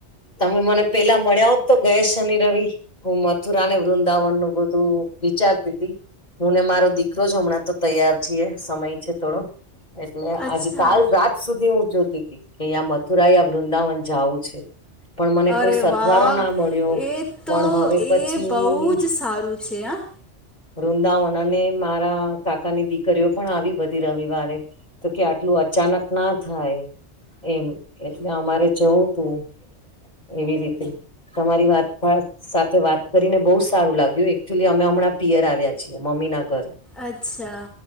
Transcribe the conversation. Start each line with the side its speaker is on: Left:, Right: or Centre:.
Left: તમે મને પેલા મળ્યા હો તો ગઈની રવિ હું મથુરાને વૃંદાવન નું બધું વિચારતી હતી હું ને મારો દીકરો જ હમણાં તો તૈયાર છીએ સમય છે થોડો એટલે આજ
Centre: અચ્છા
Left: કાલ રાત સુધી હું જોતીતી કેં મથુરાઈ આ વૃંદાવન જાવું છે પણ મને
Centre: અરે
Left: કોઈ સથવારો
Centre: વાહ
Left: ના મળ્યો
Centre: એ
Left: પણ
Centre: તો
Left: હવે પછી
Centre: એ બહુ જ સારું છે હા
Left: વૃંદાવન અને મારા કાકાની દીકરીઓ પણ આવી બધી રવિવારે તો કે આટલું અચાનક ના થાય એમ એટલે અમારે જોવું તું એવી રીતે તમારી વાત ખાસ સાથે વાત કરીને બહુ સારું લાગ્યું, એકચુલી અમે હમણાં પિયર આવ્યા છીએ મમ્મી ના ઘરે.
Centre: અચ્છા!